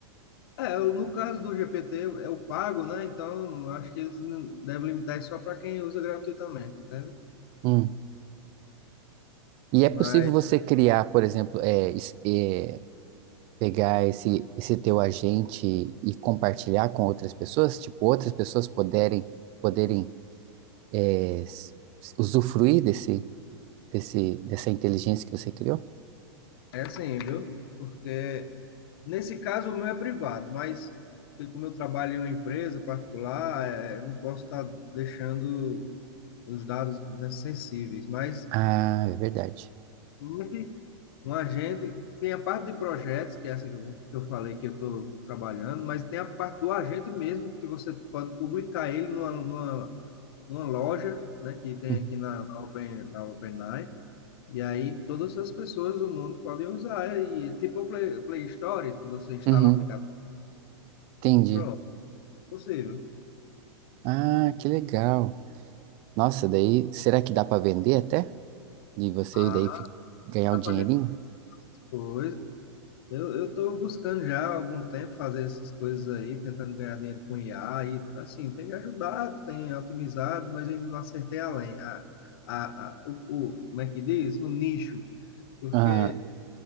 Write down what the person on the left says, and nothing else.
É, eu- no caso do GPT, é o pago, né? Então, eu acho que eles não- devem limitar isso só para quem usa gratuitamente, entende?
Mas
é assim, viu? Porque nesse caso o meu é privado, mas como eu trabalho em uma empresa particular, é, eu não posso estar deixando os dados, né, sensíveis. Mas
agente, um agente tem a parte de projetos, que é essa que eu, que eu falei que eu estou trabalhando, mas tem a parte do agente mesmo, que você pode publicar ele numa, numa, numa loja, né, que tem
aqui na, na Open, na OpenAI, e aí todas as pessoas do mundo podem usar, e tipo o Play, Play Store, que você instala
o aplicativo.
Pronto, é possível.
Ah,
tá
pagando coisa. Eu, eu tô buscando já há algum tempo fazer essas coisas aí, tentando ganhar dinheiro com IA e assim, tem me ajudado, tem otimizado, mas eu ainda não acertei além. A, a, a, o, o- como é que diz? O nicho, porque